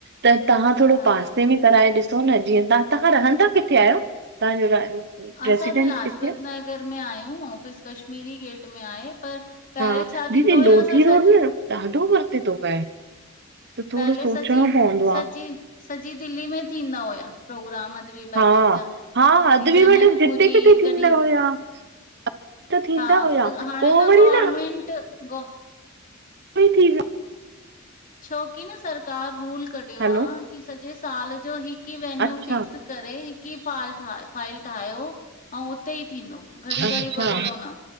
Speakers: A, on the right; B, on the left.
A: त तहां थोरो
B: हा
A: पासे में कराए ॾिसो न जीअं तवां तहां रहंदा किथे आहियो? तव्हांजो
B: असां
A: रेसिडेंट
B: त लाजपत
A: किथे आहे?
B: नगर में आहियूं ऑफिस कश्मीरी गेट में आहे पर पहिरें
A: हा
B: छा थींदो
A: दीदी
B: हुयो
A: लोधी
B: असां सॼी
A: रोड न ॾाढो परते थो पए त
B: पहले
A: थोरो सोचणो
B: सॼी
A: पवंदो
B: सॼी
A: आ।
B: सॼी दिल्ली में थींदा हुया। प्रोग्राम अॼु बि बैठक
A: हा
B: जा
A: हा
B: कॾहिं
A: अदबी
B: जनकपुरी
A: मठक जिते किथे
B: कॾहिं
A: <unintelligible> त थींदा
B: हा
A: हुया
B: त हाणे
A: पोइ
B: न
A: वरी
B: गवरमेंट ग
A: फ्री थी विया
B: छोकी न सरकार रूल कढियो
A: हलो
B: आ की सॼे साल जो हिकु ही वेन्यू
A: अच्छा
B: फिक्स करे हिक ही फाइल ठाहियो अउ उते ई थींदो। घड़ी
A: अच्छा
B: घड़ी बदलो न